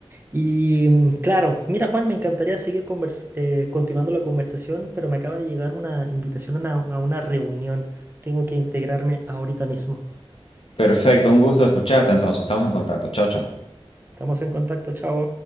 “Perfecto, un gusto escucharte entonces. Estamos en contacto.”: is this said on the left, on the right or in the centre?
Left